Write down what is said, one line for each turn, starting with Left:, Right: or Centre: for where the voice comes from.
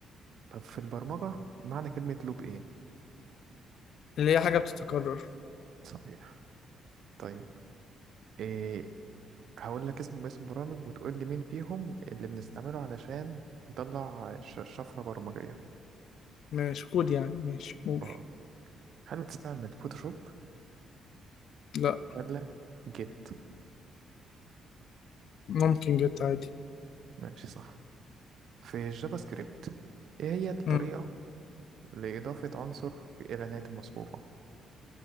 Right: طب في البرمجة معنى كلمة لوب ايه
Left: اللي هي حاجة بتتكرر
Right: صحيح طيب إيه هقول لك اسم اسم برامج وتقول لي مين فيهم اللي بنستعمله علشان نطلع ش- شفرة برمجية
Left: ماشي كود يعني ماشي قول
Right: اه هل بتستعمل فوتوشوب
Left: لا
Right: ولا جيت
Left: ممكن جت عادي
Right: ماشي صح في الجافا سكريبت ايه هي الطريقة
Left: مم.
Right: لإضافة عنصر إلى نهاية المصفوفة